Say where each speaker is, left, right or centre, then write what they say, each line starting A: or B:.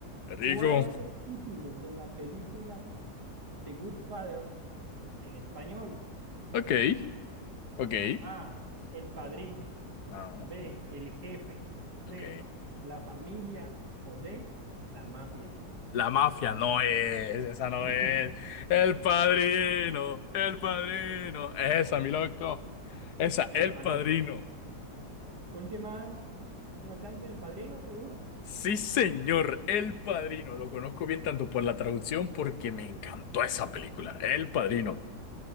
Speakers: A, on the left (about 75°); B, on the right (about 80°).
A: Qué Rico.
B: ¿Cuál es el título de la película The Good Father en español?
A: Ok, ok.
B: A. El Padrino.
A: Ah,
B: B. El Jefe. C.
A: ok.
B: La Familia. O D. La Mafia.
A: La mafia no es, esa no
B: <laughs>
A: es. El padrino, el padrino. Esa, mi loco. Esa,
B: El
A: el
B: Padrino.
A: padrino.
B: Última, última chance, El Padrino, seguro.
A: Sí, señor, El Padrino. Lo conozco bien tanto por la traducción porque me encantó esa película, El Padrino.